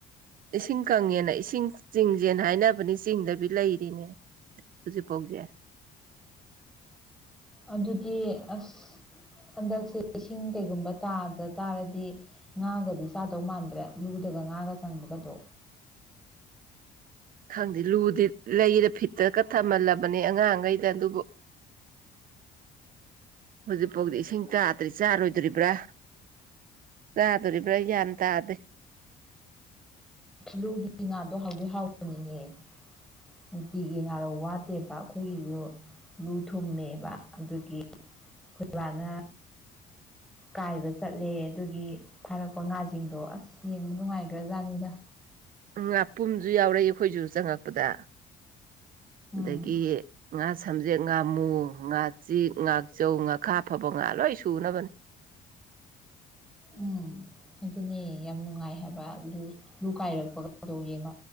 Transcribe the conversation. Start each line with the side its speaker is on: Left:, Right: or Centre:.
Right: ꯏꯁꯤꯡ ꯀꯪꯉꯦꯅ ꯏꯁꯤꯡ ꯆꯤꯡꯁꯦꯅ ꯍꯥꯏꯅꯕꯅꯤ ꯆꯤꯡꯗꯕꯤ ꯂꯩꯔꯤꯅꯦ ꯍꯧꯖꯤꯛ ꯐꯧꯖꯦ
Centre: ꯑꯗꯨꯗꯤ ꯑꯁ ꯍꯟꯗꯛꯁꯦ ꯏꯁꯤꯡ ꯀꯩꯒꯨꯝꯕ ꯇꯥꯗ ꯇꯥꯔꯗꯤ ꯉꯥꯒꯗꯤ ꯆꯥꯗꯧ ꯃꯥꯟꯗ꯭ꯔꯦ ꯂꯨꯗꯒ ꯉꯥꯒ ꯆꯪꯕꯒꯗꯣ
Right: ꯈꯪꯗꯦ ꯂꯨꯗꯤ ꯂꯩꯔꯦ ꯐꯤꯠꯇꯒ ꯊꯝꯍꯜꯂꯕꯅꯦ ꯑꯉꯥꯡꯈꯩꯗ ꯑꯗꯨꯕꯨ ꯍꯧꯖꯤꯛꯐꯥꯎꯗꯤ ꯏꯁꯤꯡ ꯇꯥꯗ꯭ꯔꯤ ꯆꯥꯔꯣꯏꯗꯣꯔꯤꯕ꯭ꯔꯥ ꯆꯥꯗꯣꯔꯤꯕ꯭ꯔꯥ ꯒ꯭ꯌꯥꯟ ꯇꯥꯗꯦ
Centre: ꯂꯨꯒꯤ ꯉꯥꯗꯣ ꯍꯥꯎꯗꯤ ꯍꯥꯎꯕꯅꯤꯍꯦ ꯅꯨꯡꯇꯤꯒꯤ ꯉꯥꯔꯧ ꯋꯥꯠꯇꯦꯕ ꯑꯩꯈꯣꯏꯒꯤꯁꯨ ꯂꯨ ꯊꯨꯝꯃꯦꯕ ꯑꯗꯨꯒꯤ ꯑꯩꯈꯣꯏ ꯕꯥꯅ ꯀꯥꯏꯕ ꯆꯠꯂꯦ ꯑꯗꯨꯒꯤ ꯐꯥꯔꯛꯄ ꯉꯥꯁꯤꯡꯗꯣ ꯑꯁ ꯌꯦꯡꯕ ꯅꯨꯡꯉꯥꯏꯈ꯭ꯔ ꯖꯥꯠꯅꯤꯗ
Right: ꯉꯥꯄꯨꯝꯖꯨ ꯌꯥꯎꯔꯛꯏ ꯑꯩꯈꯣꯏꯖꯨ ꯆꯪꯉꯛꯄꯗ
Centre: ꯎꯝ
Right: ꯑꯗꯒꯤ ꯉꯥ ꯁꯝꯖꯦꯛ ꯉꯥꯃꯨ ꯉꯥ ꯆ ꯉꯥꯛꯆꯧ ꯉꯥꯈꯥ ꯐꯕ ꯉꯥ ꯂꯣꯏ ꯁꯨꯅꯕꯅ‌ꯦ
Centre: ꯎꯝ ꯑꯗꯨꯅꯦ ꯌꯥꯝ ꯅꯨꯡꯉꯥꯏ ꯍꯥꯏꯕ ꯂꯨ ꯀꯥꯏꯔꯛꯄꯒꯗꯣ ꯌꯦꯡꯕ